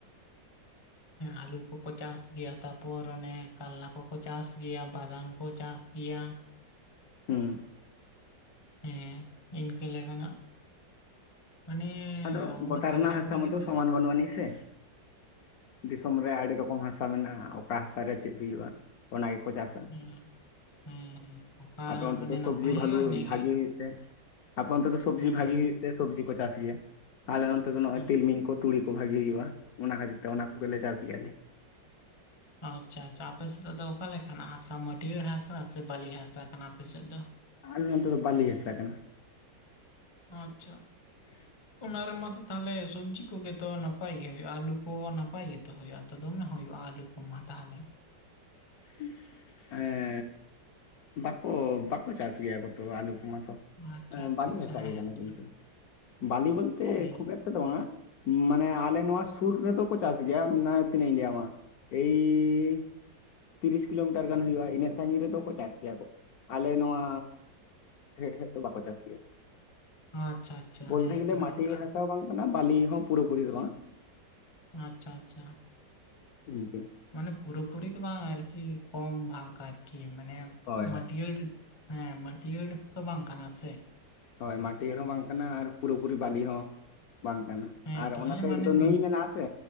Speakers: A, on the left; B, on the left.
A: <inaudible>
B: ᱟᱞᱩ ᱠᱚᱠᱚ ᱪᱟᱥ ᱜᱮᱭᱟ ᱛᱟᱯᱚᱨ ᱚᱱᱮ ᱠᱟᱞᱞᱟ ᱠᱚᱠᱚ ᱪᱟᱥ ᱜᱮᱭᱟ ᱵᱟᱫᱟᱢ ᱠᱚ ᱪᱟᱥ ᱜᱮᱭᱟ
A: ᱦᱩᱸ
B: ᱦᱮᱸ ᱤᱱᱠᱟᱹ ᱞᱮᱠᱟᱱᱟᱜ ᱢᱟᱱᱮ
A: ᱟᱫᱚ ᱜᱚᱴᱟ
B: ᱠᱟᱞᱞᱟ
A: ᱨᱮᱱᱟᱜ ᱦᱟᱥᱟ
B: ᱠᱚᱜᱮ
A: ᱢᱟᱛᱚ
B: ᱵᱮᱥ
A: ᱥᱚᱢᱟᱱ ᱵᱟᱹᱱᱩᱜ ᱟᱹᱱᱤᱡ ᱥᱮ ᱫᱤᱥᱚᱢ ᱨᱮ ᱟᱹᱰᱤ ᱨᱚᱠᱚᱢ ᱦᱟᱥᱟ ᱢᱮᱱᱟᱜᱼᱟ ᱚᱠᱟ ᱦᱟᱥᱟᱨᱮ ᱪᱮᱫ ᱦᱩᱭᱩᱜᱼᱟ ᱚᱱᱟ ᱜᱮᱠᱚ ᱪᱟᱥᱼᱟ
B: ᱦᱮᱸ ᱦᱮᱸ ᱦᱮᱸ ᱚᱠᱟ
A: ᱟᱫᱚ ᱚᱱᱛᱮ
B: ᱢᱟᱱᱮ
A: ᱫᱚ
B: ᱱᱟᱯᱟᱭ
A: ᱥᱚᱵᱽᱡᱤ
B: ᱦᱩᱭᱩᱜᱼᱟ
A: ᱵᱷᱟᱞᱩ
B: ᱤᱱᱟᱹᱜᱮ
A: ᱵᱷᱟᱜᱤ ᱦᱩᱭᱩᱜ ᱛᱮ ᱟᱯᱮ ᱚᱱᱛᱮ ᱫᱚ ᱥᱚᱵᱽᱡᱤ
B: ᱦᱮᱸ
A: ᱵᱷᱟᱜᱤ ᱦᱩᱭᱩᱜ ᱛᱮ ᱥᱚᱵᱽᱡᱤ ᱠᱚ ᱪᱟᱥ ᱜᱮᱭᱟ ᱟᱞᱮ ᱱᱚᱱᱛᱮ ᱫᱚ ᱱᱚᱜᱼᱚᱭ
B: ᱦᱮᱸ
A: ᱛᱤᱞᱢᱤᱧ ᱠᱚ ᱛᱩᱲᱤ ᱠᱚ ᱵᱷᱟᱜᱤ ᱦᱩᱭᱩᱜᱼᱟ ᱚᱱᱟ ᱠᱷᱟᱹᱛᱤᱨ ᱛᱮ ᱚᱱᱟ ᱠᱚᱜᱮᱞᱮ ᱪᱟᱥ ᱜᱮ ᱟᱞᱮ
B: ᱟᱪᱪᱷᱟ ᱟᱪᱪᱷᱟ ᱟᱯᱮᱥᱮᱫ ᱫᱚ ᱚᱠᱟᱮ ᱞᱮᱠᱟᱱᱟᱜ ᱦᱟᱥᱟ ᱢᱟᱹᱴᱭᱟᱹᱲ ᱦᱟᱥᱟ ᱥᱮ ᱵᱟᱹᱞᱤ ᱦᱟᱥᱟ ᱠᱟᱱᱟ ᱟᱯᱮᱥᱮᱫ ᱫᱚ
A: ᱟᱞᱮ ᱱᱚᱛᱮ ᱫᱚ ᱵᱟᱞᱤ ᱦᱟᱥᱟ ᱠᱟᱱᱟ
B: ᱟᱪᱪᱷᱟ
A: <inaudible>
B: ᱚᱱᱟ ᱨᱮᱢᱟᱛᱚ ᱛᱟᱦᱚᱞᱮ ᱥᱚᱵᱽᱡᱤ ᱠᱚ ᱜᱮᱛᱚ ᱱᱟᱯᱟᱭ ᱜᱮ ᱦᱩᱭᱩᱜᱼᱟ ᱟᱹᱞᱩ ᱠᱚ ᱱᱟᱯᱟᱭ ᱜᱮᱛᱚ ᱦᱩᱭᱩᱜᱼᱟ ᱛᱚ ᱫᱚᱢᱮ ᱦᱩᱭᱩᱜᱼᱟ ᱟᱞᱩ ᱠᱚᱢᱟ ᱛᱟᱦᱚᱞᱮ
A: <inaudible> ᱦᱮᱸ ᱵᱟᱠᱩ ᱵᱟᱠᱩ ᱪᱟᱥ ᱜᱮᱭᱟ ᱠᱚᱛᱚ ᱟᱞᱩ ᱠᱚᱢᱟᱛᱚ
B: ᱟᱪᱪᱷᱟ ᱟᱪᱪᱷᱟ
A: ᱵᱟᱞᱤ
B: ᱟᱪᱪᱷᱟ
A: ᱢᱮᱥᱟ
B: ᱦᱮᱸ
A: ᱜᱮ ᱠᱟᱱᱟ
B: ᱛᱚ,
A: ᱠᱤᱱᱛᱩ ᱵᱞᱟᱤ ᱵᱚᱞᱛᱮ
B: ᱦᱮᱸ
A: ᱠᱷᱩᱵ ᱮᱠ <inaudible> ᱵᱟᱝᱟ ᱢᱟᱱᱮ ᱟᱞᱮ ᱱᱚᱣᱟ ᱥᱩᱨ ᱨᱮᱫᱚ ᱠᱚ ᱪᱟᱥ ᱜᱮᱭᱟ ᱛᱤᱱᱟᱹᱜ ᱤᱧ ᱞᱟᱹᱭᱟᱢ ᱢᱟ ᱮᱭ ᱛᱤᱨᱤᱥ ᱠᱤᱞᱳᱢᱤᱴᱟᱨ ᱜᱟᱱ ᱦᱩᱭᱩᱜᱼᱟ ᱤᱱᱟᱹᱜ ᱥᱟᱺᱜᱤᱧ ᱨᱮ ᱫᱚ ᱠᱚ ᱪᱟᱥ ᱜᱮᱭᱟ ᱠᱚ, ᱟᱞᱮ ᱱᱚᱣᱟ ᱰᱷᱮ ᱥᱮᱡ ᱫᱚ ᱵᱟᱠᱚ ᱪᱟᱥ ᱜᱮᱭᱟ
B: ᱟᱪᱪᱷᱟ ᱟᱪᱪᱷᱟ
A: ᱵᱚᱞᱛᱮ
B: ᱦᱮᱸ
A: ᱜᱮᱞᱮ
B: ᱛᱚ
A: ᱢᱟᱹᱴᱤᱭᱟᱹᱲ
B: ᱦᱮᱸ
A: ᱦᱟᱥᱟ ᱦᱚᱸ ᱵᱟᱝ ᱠᱟᱱᱟ ᱵᱟᱹᱞᱤ ᱦᱚᱸ ᱯᱩᱨᱟᱹᱯᱩᱨᱤ ᱫᱚ ᱵᱟᱝ
B: ᱟᱪᱪᱷᱟ ᱟᱪᱪᱷᱟ
A: ᱤᱱᱠᱟᱹ
B: ᱢᱟᱱᱮ ᱯᱩᱨᱟᱹᱯᱩᱨᱤ ᱫᱚ ᱵᱟᱝ ᱟᱨᱠᱤ ᱠᱚᱢ ᱵᱷᱟᱜᱽ ᱟᱨᱠᱤ ᱢᱟᱱᱮ
A: ᱦᱳᱭ
B: ᱢᱟᱴᱤᱭᱟᱹᱲ
A: ᱦᱳᱭ
B: ᱦᱮᱸ ᱢᱟᱹᱴᱤᱭᱟᱹᱲ ᱛᱚ ᱵᱟᱝ ᱠᱟᱱᱟ ᱥᱮ
A: ᱦᱳᱭ ᱢᱟᱴᱤᱭᱟᱹᱲ ᱦᱚᱸ ᱵᱟᱝ ᱠᱟᱱᱟ ᱟᱨ ᱯᱩᱨᱟᱹ ᱯᱩᱨᱤ ᱵᱟᱞᱤ ᱦᱚᱸ ᱵᱟᱝ ᱠᱟᱱᱟ
B: ᱦᱮᱸ
A: ᱟᱨ
B: ᱛᱚ
A: ᱚᱱᱟ
B: ᱦᱮᱸ
A: ᱥᱟᱭᱤᱰ
B: ᱢᱟᱱᱮ
A: ᱫᱚ
B: ᱢᱤᱫ
A: ᱱᱟᱹᱭ ᱢᱮᱱᱟᱜ-ᱟ ᱥᱮ